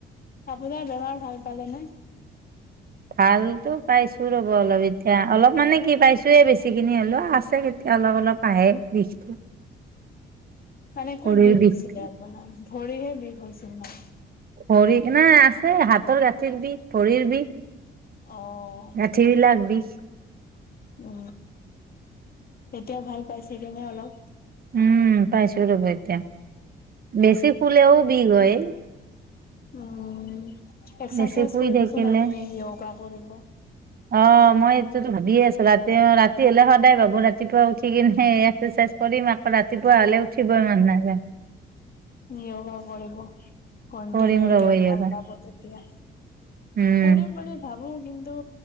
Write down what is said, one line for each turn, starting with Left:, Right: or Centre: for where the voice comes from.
Left: আপোনাৰ বেমাৰ ভাল পালে নে?
Right: ভালতো পাইছোঁ ৰ'ব, অলপ এতিয়া অলপ মানে কি? পাইছোঁয়ে বেছি। কিনি অলে আছে কেতিয়া অলপ-অলপ। আহে বিষটো
Left: মানে
Right: ভৰিৰ
Left: ক'ত বিষ
Right: বিষটো
Left: হৈছিলে আপোনাৰ? ভৰিহে বিষ হৈছিল না
Right: ভৰি না আছে হাতৰ গাঁঠিৰ বিষ ভৰিৰ বিষ।
Left: অ'।
Right: ৰাতি লে বিষ,
Left: অ এতিয়া ভাল পাইছেগে নে অলপ।
Right: উম পাইছো ৰবা এতিয়া বেছি শুলেও বিষ হয়।
Left: উম এক্সাৰচাইজ
Right: বেছি শুই
Left: কৰিবচোন
Right: থাকিলে
Left: আপুনি ইয়গা। কৰিব।
Right: অ মই এইটোতো ভাবিয়ে আছো ৰাতি অ ৰাতি হলে সদায় ভাবো ৰাতিপুৱা উঠি কিনে এক্সাৰচাইজ কৰিম ৰাতিপুৱা
Left: অ'
Right: হ'লে উঠিব মন নাযায়।
Left: <unintelligible> কৰিব কন্টিনিউ
Right: কৰিম ৰ'ব
Left: কে
Right: য়োগা
Left: ভাল পাব। তিয়া,
Right: উম
Left: কৰিম বুলি ভাবো। কিন্তু